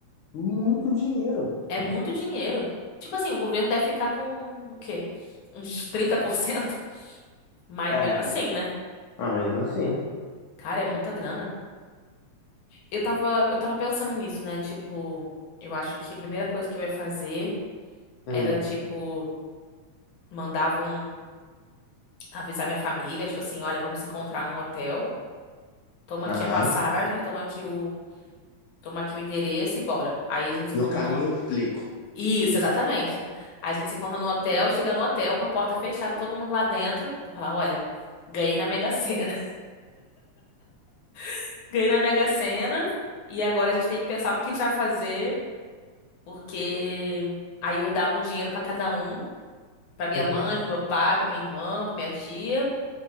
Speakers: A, on the left; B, on the left.
A: Muito dinheiro.
B: É muito dinheiro. Tipo assim, o governo deve ficar com o quê? Uns trinta por cento <laughs> Mas
A: É,
B: mesmo assim, né?
A: mas mesmo assim.
B: Cara, é muita grana. Eu tava, eu tava pensando nisso, né? Tipo, eu acho que a primeira coisa que eu ia fazer
A: Hum.
B: era, tipo, mandavam avisar minha família, tipo assim, olha, vamos se encontrar num hotel. Toma
A: Aham.
B: aqui a passagem, toma aqui o, toma aqui o endereço e bora. Aí a gente se
A: No
B: encontra
A: caminho
B: no
A: eu te explico.
B: Isso, exatamente. A gente se encontra no hotel, chega no hotel com a porta fechada, todo mundo lá dentro. Eu falo, olha, ganhei na Mega Sena. <laughs> Ganhei na Mega Sena e agora a gente tem que pensar o que a gente vai fazer, porque aí eu ia dar um dinheiro pra cada um, pra minha
A: Uhum.
B: mãe, pro meu pai, pra minha irmã, pra minha tia